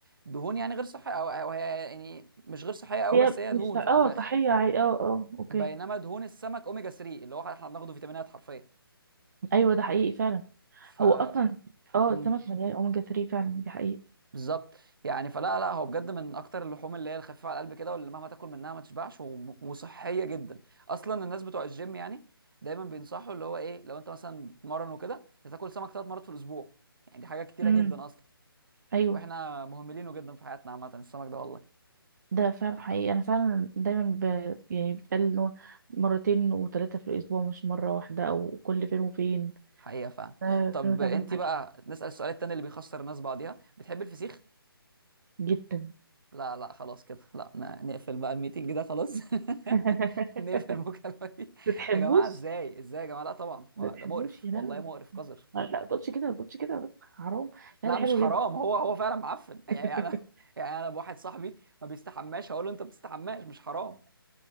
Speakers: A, on the right; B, on the right.
A: دهون يعني غير صحيه او أو هي يعني مش غير صحيه قوي
B: هي
A: بس هي
B: مش
A: دهون في الاول
B: اه
A: وفي الاخر
B: صحية عادي اه اه اوكي
A: بينما دهون السمك اوميجا 3 اللي هو احنا بناخده فيتامينات حرفيا
B: ايوه ده حقيقي فعلا
A: ف
B: هو اصلا اه
A: مم.
B: السمك مليان اوميجا 3 فعلا دي حقيقة
A: بالظبط يعني فلا لا هو بجد من اكتر اللحوم اللي هي الخفيفه على القلب كده واللي مهما تاكل منها ما تشبعش وم- وصحيه جدا اصلا الناس بتوع الجيم يعني دايما بينصحوا اللي هو ايه لو انت مثلا بتمرن وكده تاكل سمك ثلاث مرات في الاسبوع يعني دي حاجه كتيره
B: امم
A: جدا اصلا
B: ايوه
A: واحنا مهملينه جدا في حياتنا عامه السمك ده والله
B: ده فعلا حقيقي انا فعلا دايما ب... يعني بتقال ان هو مرتين وثلاثة في الاسبوع مش مرة واحدة او كل فين وفين
A: حقيقه فعلا
B: آه،
A: طب
B: انا تعبان
A: انت
B: معاك
A: بقى نسال السؤال التاني اللي بيخسر الناس بعضيها بتحب الفسيخ
B: <laughs> جدا
A: لا لا خلاص كده لا ن- نقفل بقى الميتنج ده خلاص <laughs>
B: <laughs>
A: نقفل المكالمة دي
B: بتحبوش
A: يا جماعة ازاي ازاي يا جماعة لا طبعا ما
B: بتحبوش
A: ده مقرف
B: يا لهوي
A: والله مقرف قذر
B: لا ما تقولش كده ما تقولش كده بس حرام لا
A: لا
B: ده حلو
A: مش حرام
B: جدا
A: هو هو فعلا معفن
B: <laughs>
A: <laughs> يعني انا يعني انا بواحد صاحبي ما بيستحماش هقول له انت بتستحماش مش حرام